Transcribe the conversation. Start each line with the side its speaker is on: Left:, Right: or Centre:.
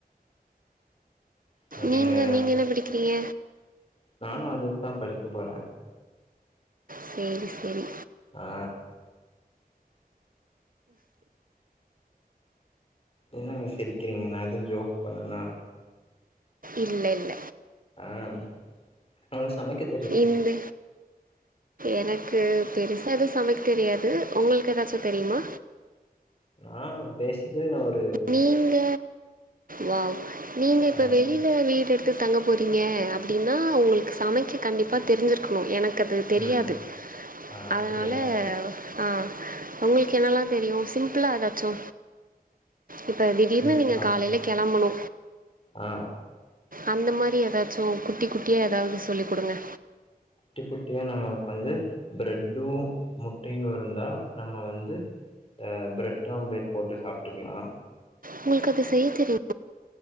Left: சரிங்க
Right: நீங்க நீங்க என்ன படிக்கிறீங்க
Left: நானு அதுக்கு தா படிக்க போறே
Right: சேரி சேரி
Left: ஆ எனங்க சிரிக்கிறீங்க நா எதும் ஜோக் பண்ணேனா
Right: இல்ல இல்ல
Left: ஆ உங்கள்கக சமைக்கத்
Right: இல்ல எனக்கு பெருசா எதும் சமைக்க தெரியாது உங்களுக் க்கு ஏதாச்சு தெரியுமா
Left: ஆ ஆ பேசிக்கலி நா ஒர்
Right: நீங்க வாவ் நீங்க
Left: ஆ
Right: இப்ப வெளியி வீடு எடுத்து தங்க போறீங்க அப்டினா உங்களுக்கு சமைக்க கண்டிப்பா தெரிஞ்சிருக்கணு எனக்கு அப் அது தெரியாது
Left: ம் ம். ஆ அப்டியா
Right: அதுனால ஆ உங்களுக்கு எனல்லா தெரியு சிம்பிளா ஏதாச்சு இப்ப திடீர்னு
Left: சிம்பிளா
Right: நீங்க காலைல கெளம்பணு
Left: ஆ
Right: அந்த மாரி ஏதாச்சு குட்டி குட்டியா ஏதாவது சொல்லி குடுங்க
Left: குட்டி குட்டியா நம்மக்கு வந்து பிரெட்டு முட்டயு இருந்தா நம்ப வந்து ஆ பிரட் ஆம்லெட் போட்டு சாப்டுகலா
Right: உங்களுக்கு அது செய்ய தெரியும்